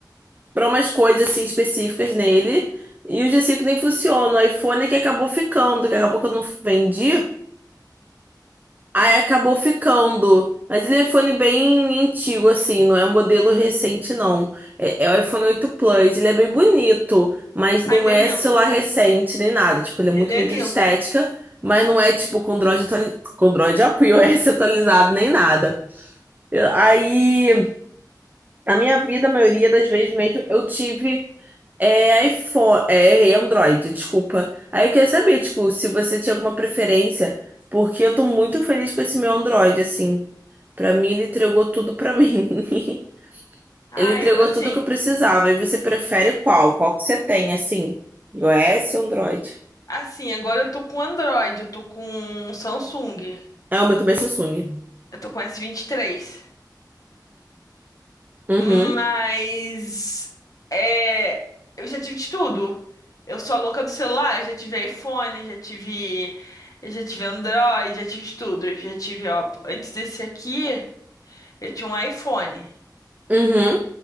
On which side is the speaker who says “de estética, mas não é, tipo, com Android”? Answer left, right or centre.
Right